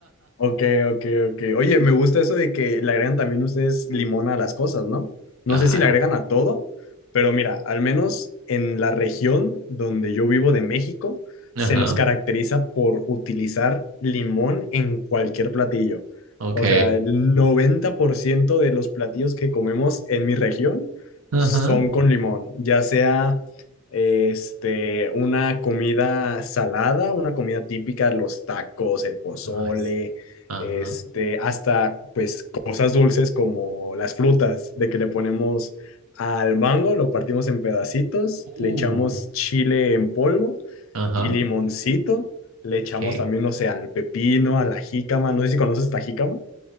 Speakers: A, on the left; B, on the right.
A: Ok, ok, ok. Oye, me gusta eso de que le agregan también ustedes limón a las cosas, ¿no? No
B: Claro.
A: sé si le agregan a todo, pero mira, al menos en la región donde yo vivo de México,
B: Ajá.
A: se nos caracteriza por utilizar limón en cualquier platillo.
B: Ok.
A: O sea, el 90% de los platillos que comemos en mi región
B: Ajá.
A: son con limón, ya sea este, una comida salada, una comida típica, los tacos, el pozole
B: Ay, s- ajá.
A: este, hasta pues cosas dulces como las frutas, de que le ponemos al mango, lo partimos en pedacitos, le
B: Uh.
A: echamos chile en polvo
B: Ajá.
A: y limoncito, le echamos
B: Que
A: también, no sé, al pepino, a la jícama, no sé si conoces la jícama,